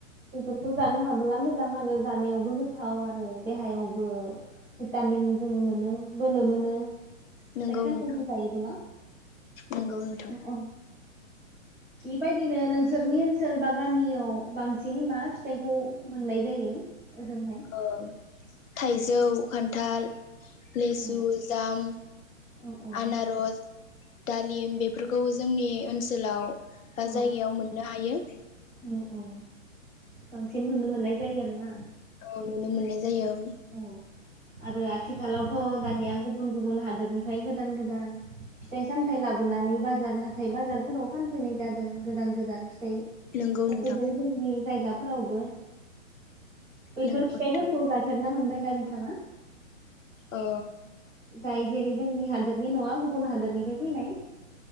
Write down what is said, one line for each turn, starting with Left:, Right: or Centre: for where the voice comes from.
Centre: बेफोरखौ जानो हाबोला मोजां आरो जानायावबो गोथाव आरो देहायावबो भिटामिन जोङो मोनो बोलो मोनो फिथाइ
Left: नोंगौ
Centre: सामथाइखौ
Left: नोंथां
Centre: जायोबोला
Left: नोंगौ नों थां
Centre: औ औ बेबायदिनो नोंसोरनि ओनसोल बा गामियाव बांसिनै मा फिथाइखौ मोननाय जायो ओजोंहाय
Left: ओ थाइजौ खान्थाल लेसु
Centre: औ
Left: जाम
Centre: औ औ
Left: आनारस दालिम बेफोरखौ जोंनि ओनसोलाव बा
Centre: औ
Left: जायगायाव मोननो हायो
Centre: औ औ बांसिन नुनो मोननाय जायो आरोना
Left: <inaudible> जायो आरो
Centre: औ आरो आथिखालावथ' दानिया गुबुन गुबुन हादोरनिफ्राय गोदान गोदान फिथाइ सामथाय लाबोनानै बा- जार हाथाइ बाजारफोराव फानफैनाय जादों गोदान गोदान सफैबाय
Left: नंगौ नोंथां
Centre: जोंनि जायगा फोरावबो बैफोर
Left: नंगौ
Centre: फिथाइफोरखौ
Left: नोंथां
Centre: जा- ना मोनबाय दा बिथांङा
Left: ओ
Centre: जाय जेरै जोंनि हादोरनि नङा गुबु- न हादरनिफ्राय फैनाय